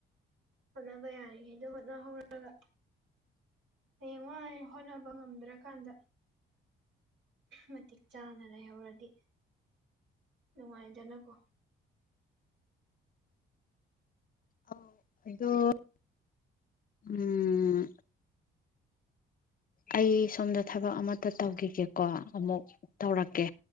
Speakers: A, on the right (about 70°); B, on the left (about 45°).
A: ꯍꯣꯠꯅꯕ ꯌꯔꯤ ꯉꯩꯗ ꯍꯣꯠꯅ ꯍꯧꯔꯔꯒ ꯍꯌꯦꯡꯋꯥꯏ ꯍꯣꯠꯅꯕ ꯉꯝꯗ꯭ꯔꯀꯥꯟꯗ ꯃꯇꯤꯛ ꯆꯥꯅ ꯂꯩꯍꯧꯔꯗꯤ ꯅꯨꯡꯉꯥꯏꯖꯅꯀꯣ
B: ꯑ ꯑꯣ ꯎꯝ ꯑꯩ ꯁꯣꯝꯗ ꯊꯕꯛ ꯑꯃꯇ ꯇꯧꯈꯤꯒꯦꯀꯣ ꯑꯃꯨꯛ ꯇꯧꯔꯛꯀꯦ